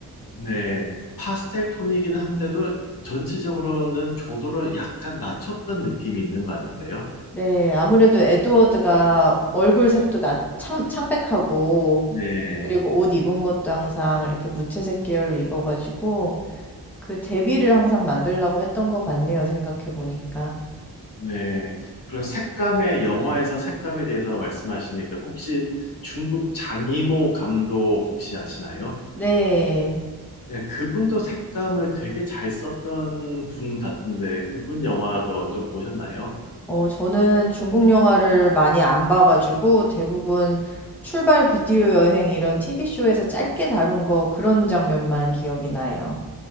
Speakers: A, on the left; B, in the centre.
A: 네. 파스텔 톤이긴 한데도 전체적으로는 조도를 약간 낮췄던 느낌이 있는 것 같은데요.
B: 네, 아무래도 에드워드가 얼굴 색도
A: 네.
B: 나, 창, 창백하고,
A: 네.
B: 그리고 옷 입은 것도 항상 이렇게 무채색 계열로 입어가지고, 그 대비를 항상 만들려고 했던 것 같네요, 생각해보니까.
A: 네. 그런 색감의 영화에서 색감에 대해서 말씀하시니까 혹시 중국 장이모 감독 혹시 아시나요?
B: 네,
A: 네, 그분도 색감을 되게 잘 썼던 분 같은데 그분 영화도 좀 보셨나요?
B: 어, 저는 중국 영화를 많이 안 봐가지고, 대부분 출발 비디오 여행 이런 TV쇼에서 짧게 다룬 거 그런 장면만 기억이 나요.